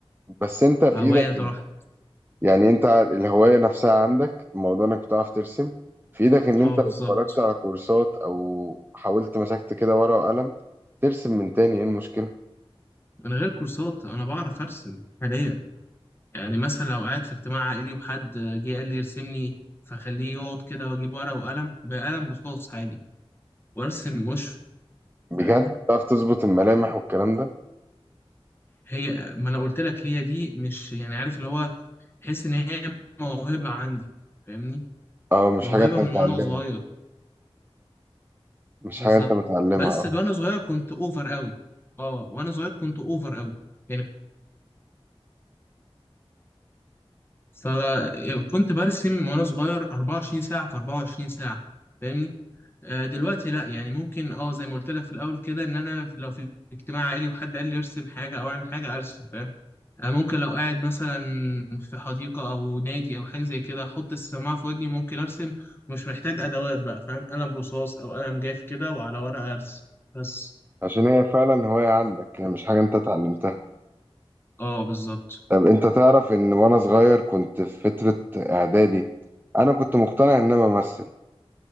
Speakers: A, on the right (about 20°); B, on the left (about 20°).
A: بس أنت في
B: فهواية
A: إيدك
B: راحت
A: يعني أنت الهواية نفسها عندك موضوع إنك بتعرف ترسم في إيدك إن
B: اه
A: أنت
B: بالظبط
A: لو اتفرجت على كورسات أو حاولت مسكت كده ورقة وقلم ترسم من تاني إيه المشكلة
B: من غير كورسات انا بعرف ارسم حاليا يعني مثلا لو قاعد في اجتماع عائلي وحد جه قال لي ارسم لي فخليه يقعد كده واجيب ورقة وقلم بقلم رصاص عادي وارسم وشه
A: بجد
B: فاهمني
A: تعرف تظبط الملامح والكلام ده
B: هي ما انا قلت لك هي دي مش يعني عارف اللي هو تحس ان هي موهبة عندي فاهمني
A: أه مش
B: موهبة
A: حاجة أنت متعلمها
B: من وانا صغير
A: مش
B: بالظبط
A: حاجة انت متعلمها
B: بس
A: اه
B: وانا صغير كنت اوفر قوي اه وانا صغير كنت اوفر قوي يعني فكنت برسم وانا صغير 24 ساعة في 24 ساعة فاهمني آه دلوقتي لا يعني ممكن اه زي ما قلت لك في الاول كده ان انا لو في اجتماع عائلي وحد قال لي ارسم حاجة او اعمل حاجة ارسم فاهم آه ممكن لو قاعد مثلا في حديقة او نادي او حاجة زي كده احط السماعة في ودني ممكن ارسم مش محتاج ادوات بقى فاهم قلم رصاص او قلم جاف كده وعلى ورقة ارسم بس
A: عشان هي فعلا هواية عندك هي مش حاجة انت اتعلمتها
B: اه بالظبط
A: طب انت تعرف ان وانا صغير كنت في فترة اعدادي انا كنت مقتنع ان انا بمثل